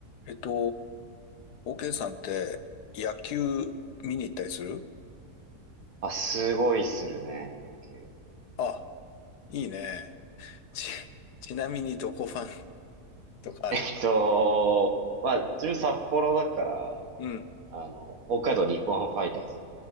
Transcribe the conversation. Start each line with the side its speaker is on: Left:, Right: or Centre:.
Left: えっと、OK さんって野球見に行ったりする
Right: あ、すごいするね、野球。<laughs>
Left: あ、いいね。ち、<laughs> ちなみにどこファンとかある
Right: えっと、まあ、自分札幌だから、
Left: うん。
Right: あの、北海道日本ハムファイターズ。